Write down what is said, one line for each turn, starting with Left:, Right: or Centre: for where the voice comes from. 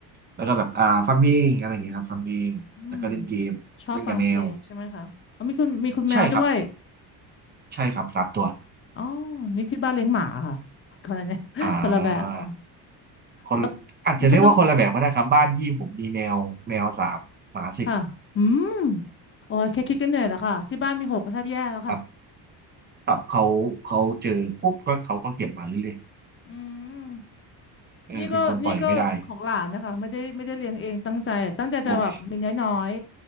Right: แล้วก็แบบอ่าฟังเพลงอะไรอย่างเงี้ยครับฟังเพลงแล้วก็เล่นเกมเล่นกับแมว
Left: อืมชอบฟังเพลงใช่ไหมคะอ๋อมีคุณมีคุณแมวด้วย
Right: ใช่ครับใช่ครับสามตัว
Left: อ๋อนี่ที่บ้านเลี้ยงหมาค่ะคนละเนี่ย <laughs>
Right: อ่า
Left: คนละแบบเนาะ
Right: คนอาจจะเรียกว่าคนละแบบก็ได้ครับบ้านยี่ผมมีแมวแมวสามหมาสิบ
Left: แล้วแล้วเขาต้องค่ะอืมโอ้ยแค่คิดก็เหนื่อยแล้วค่ะที่บ้านมีหกก็แทบแย่แล้วค่ะ
Right: ครับตับเขาเขาเจอปุ๊บก็เขาก็เก็บมาเรื่อย
Left: อืม
Right: ๆเออเป็นคนปล่อยไม่ได้
Left: นี่ก็นี่ก็ของหลานนะคะไม่ได้ไม่ได้เลี้ยงเองตั้งใจตั้งใจจะแบบมีน้อย
Right: โอ้ย